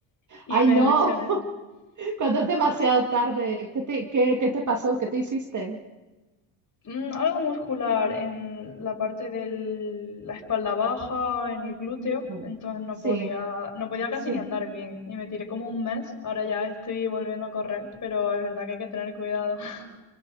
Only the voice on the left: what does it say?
y
me
lesioné.
Mm, algo muscular en la parte de la espalda baja, en el glúteo,
entonces no
podía, no podía casi
ni andar bien y me tiré como un mes, ahora ya estoy volviendo a correr, pero es verdad que hay que tener cuidado. <laughs>